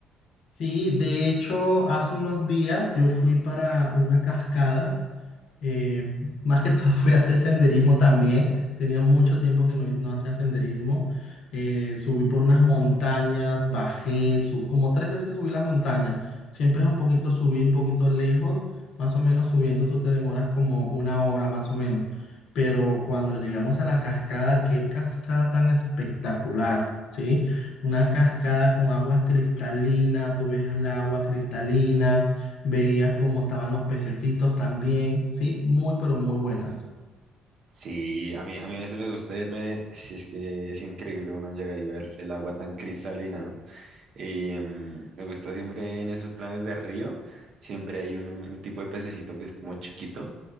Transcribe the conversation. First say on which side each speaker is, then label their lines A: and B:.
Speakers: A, on the left (about 75°); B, on the right (about 60°).
A: Sí, de hecho, hace unos días yo fui para una cascada Eh, más que todo <laughs> fui a hacer senderismo también. Tenía mucho tiempo que no, no hacía senderismo. Eh, subí por unas montañas, bajé, su- como tres veces subí las montañas. Siempre es un poquito subir, un poquito lejos. Más o menos subiendo tú te demoras como una hora más o menos. Pero cuando llegamos a la cascada, qué cascada tan espectacular, ¿sí? Una cascada con aguas cristalinas, tú ves el agua cristalina veías cómo estaban los pececitos también, ¿sí? Muy, pero muy buenas.
B: Sí, a mí, a mí a veces me gusta irme, si es que es increíble uno llegar y ver el agua tan cristalina. Y, em, me gusta siempre en esos planes de río, siempre hay un, un tipo de pececito que es como chiquito